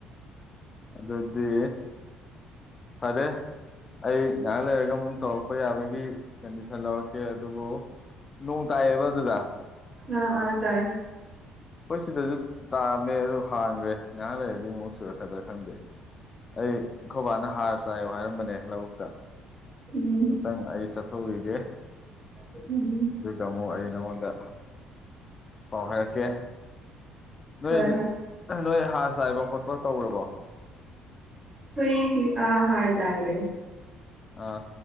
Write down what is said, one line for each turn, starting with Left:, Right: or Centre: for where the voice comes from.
Left: ꯑꯗꯨꯗꯤ ꯐꯔꯦ ꯑꯩ ꯉꯍꯥꯛ ꯂꯩꯔꯒ ꯑꯃꯨꯛ ꯇꯧꯔꯛꯄ ꯌꯥꯕꯒꯤ ꯀꯟꯗꯤꯁꯟ ꯂꯧꯔꯛꯀꯦ ꯑꯗꯨꯕꯨ ꯅꯣꯡ ꯇꯥꯏꯌꯦꯕ ꯑꯗꯨꯗ
Right: ꯑꯥ ꯑꯥ ꯇꯥꯏ
Left: ꯈꯣꯏ ꯁꯤꯗꯖꯨ ꯇꯥꯔꯝꯃꯦ ꯑꯗꯨ ꯍꯥꯡꯒ꯭ꯔꯦ ꯉꯥꯏꯍꯥꯛ ꯂꯩꯔꯗꯤ ꯑꯃꯨꯛ ꯆꯨꯔꯛꯀꯗ꯭ꯔꯥ ꯈꯪꯗꯦ ꯑꯩ ꯈꯣꯕꯥꯅ ꯍꯥꯔ ꯆꯥꯏꯌꯣ ꯍꯥꯏꯔꯝꯕꯅꯦ ꯂꯧꯕꯨꯛꯇ
Right: ꯎꯝ
Left: <unintelligible> ꯑꯩ ꯆꯠꯊꯣꯛꯎꯒꯤꯒꯦ
Right: <unintelligible>
Left: ꯇꯥꯃꯣ ꯑꯩ ꯅꯪꯉꯣꯟꯗ ꯄꯥꯎ ꯍꯥꯏꯔꯛꯀꯦ ꯅꯣꯏ
Right: ꯍꯣꯏ
Left: <unintelligible>
Right: ꯍꯣꯏ
Left: ꯅꯣꯏ ꯍꯥꯔ ꯆꯥꯏꯕ ꯈꯣꯠꯄ ꯇꯧꯔꯕꯣ
Right: ꯑꯈꯣꯏꯗꯤ ꯑꯥ ꯍꯥꯔ ꯆꯥꯏꯒ꯭ꯔꯦ
Left: ꯑꯥ